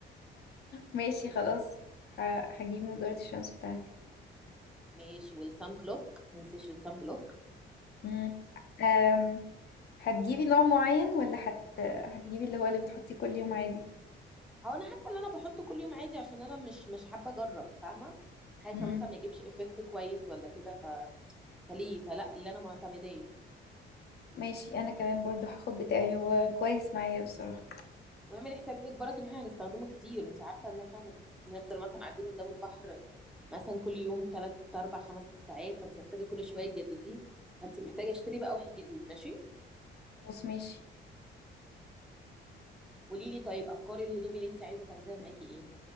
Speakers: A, on the left; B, in the centre.
A: ماشي خلاص ه- هجيب نضارة الشمس بتاعتي
B: ماشي والسان بلوك ما تنسيش السان بلوك
A: مم. أم، هتجيبي نوع معين ولا هت... هتجيبي اللي هو اللي بتحطيه كل يوم عادي
B: هو انا حاسه ان انا بحطه كل يوم عادي عشان انا مش مش حابه اجرب فاهمه خايفه
A: مم.
B: مثلا ما يجيبش افكت كويس ولا كده ف... فليه فلا اللي انا معتمداه
A: ماشي انا كمان برضو هاخد بتاعي هو كويس معايا بصراحة
B: واعمل حسابك برك ان احنا هنستخدمه كتير انت عارفه ان احنا هنب- نفضل مثلا قاعدين قدام البحر مثلا كل يوم 3 4 5 ساعات فانت محتاجه كل شويه تجدديه فانت محتاجه اشتري بقى واحد جديد ماشي
A: خلاص ماشي
B: قولي لي طيب افكار الهدوم اللي انت عايزه تاخديها معاكي ايه